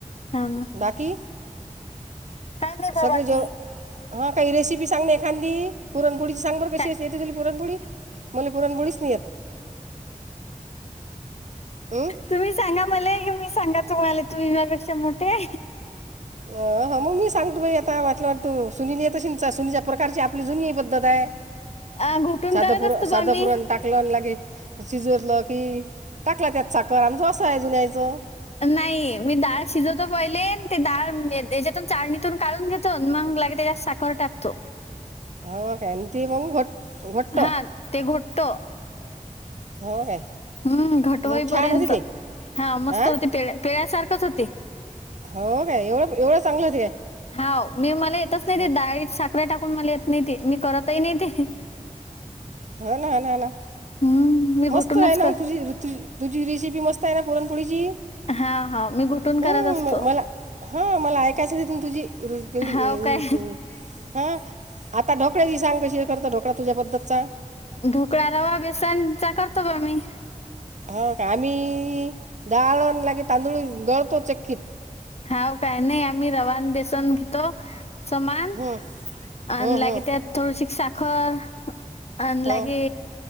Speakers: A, on the left; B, on the right.
A: हाव ना.
B: बाकी
A: काय नाही बाबा
B: सगळे ज
A: की
B: हा काही रेसिपी सांगणे, एखादी पुरणपोळी. सांग बरं कशी
A: काय
B: येते तुझेले पुरणपोळी मला पुरणपोळीच नाही येत. हं?
A: तुम्ही सांगा मला क मी सांगा तुम्हाला तुम्ही मायपेक्षा मोठे.
B: अ हो मंग मी सांगतो बाई आता वाटलं तु सुनीलयत शिंचा सुनीचा प्रकारची आपली जुनी प त दाय
A: अ, घोटून
B: सादं
A: करत
B: पुरं
A: असतो बा
B: सादं
A: मी
B: पुरं टाकलं लागे शिजतलं की टाकला त्यात साखर <unintelligible> आहे जुन्यायचं.
A: नाही मी डाळ शिजत तो पहिलेन ते डाळ म हेच्यातून चालणीतून काढून घेतो मग लगे त्याज्यात साखर टाकतो.
B: हो काय, आणि मंग घोट. घट्ट
A: हा ते घोटतं.
B: हाव काय
A: हम्म घटवईपर्यंत
B: मग छान होते ते
A: हा मस्त
B: हां
A: होती पेळ्या पेळ्यासारखच होती.
B: हो काय एवढं, एवढं चांगलं होती काय.
A: हाव मी मला येतच नाही
B: हो
A: ते, डाळीत साखर्या टाकून मला येत नाही ते मी करतही नाही ते.
B: हो ना हा ना हा ना
A: हम्म, मी घुटूनच
B: मस्त आहे ना
A: कर
B: तुझी ऋतु तुझी रेसिपी मस्त आहे, ना पुरणपोळीची.
A: हाव हाव मी घुटून करत
B: हम्म
A: असतो
B: म मला हा मला ऐकायचं तिथून तुझी. <unintelligible>
A: हाव काय
B: हा आता ढोकळ्याची सांग कशी करता ढोकळा तुझ्या पद्धतचा.
A: ढोकळा रवा, बेसन चा करतो बा मी.
B: हा आम्ही डाळ लागे, तांदूळ दळतो चक्कीत.
A: हाव काय नाही आम्ही रवा आन बेसन घेतो समान
B: हं हं
A: अन लागत्या
B: हं
A: थोडसिक साखर अन
B: हं
A: लागे